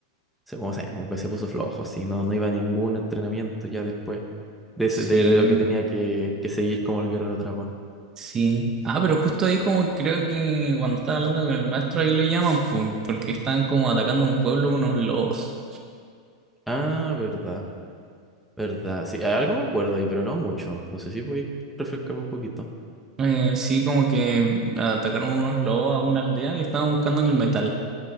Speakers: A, in the centre; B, on the right.
A: se- como, se- como que se puso flojo, así, no, no iba a ningún entrenamiento ya después de, ese-
B: sí.
A: de, de lo que tenía que, que seguir como el Guerrero Dragón.
B: Sí. Ah, pero justo ahí como creo que cuando estaba hablando con el maestro ahí lo llaman pu, porque están como atacando un pueblo unos lobos.
A: Ah, verdad, verdad. Sí, algo me acuerdo ahí, pero no mucho. No sé si voy a refrescarme un poquito.
B: Eh, sí, como que atacaron unos lobos a una aldea y estaban buscando el metal,